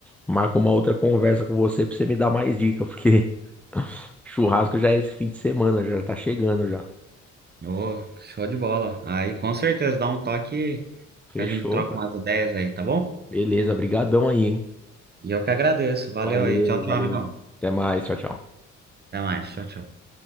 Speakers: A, in the centre; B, on the right.
A: marco uma outra conversa com você pra você me dar mais dica, porque <laughs> churrasco já é esse fim de semana, já tá chegando já.
B: Ô, show de bola. Aí com certeza dá um toque que
A: Fechou,
B: a gente troca
A: cara.
B: umas ideias aí, tá bom?
A: Beleza, brigadão aí, hein?
B: E eu que agradeço. Valeu
A: Valeu,
B: aí. Tchau, tchau,
A: valeu.
B: amigão.
A: Até mais, tchau, tchau.
B: Até mais. Tchau, tchau.